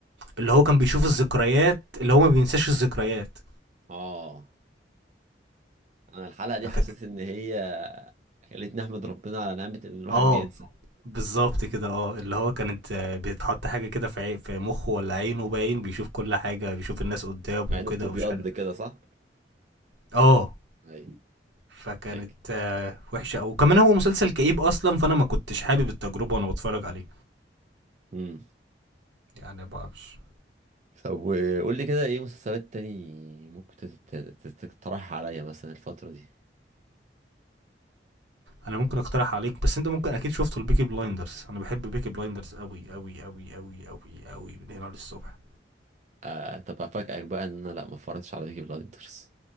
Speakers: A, on the right (about 90°); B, on the right (about 40°).
A: اللي هو كان بيشوف الذكريات اللي هو ما بينساش الذكريات
B: اه انا الحلقه دي حسيت
A: فاك-
B: ان هي خلتني احمد ربنا على نعمه ان الواحد
A: اه
B: بينسى
A: بالظبط كده اه اللي هو كانت آه، بيتحط حاجة كده في عي- في مخه ولا عينه باين بيشوف كل حاجة بيشوف الناس قدامه
B: مع
A: وكده
B: انه بتبيض
A: ومش عارف
B: كده صح
A: اه
B: ايوه
A: فكانت
B: هيك
A: آه، وحشة أوي وكمان هو مسلسل كئيب أصلا فأنا ما كنتش حابب التجربة وأنا بتفرج عليه
B: امم
A: يعني بقى مش
B: طب وقول لي كده ايه مسلسلات تاني ممكن تت- تت- تت- تقترحها عليا مثلا الفتره دي
A: أنا ممكن أقترح عليك بس أنت ممكن أكيد شفته البيكي بلايندرز أنا بحب بيكي بلايندرز أوي أوي أوي أوي أوي أوي من هنا للصبح
B: آه طب افاجئك بقى ان انا لا ما اتفرجتش على بيكي بلايندرز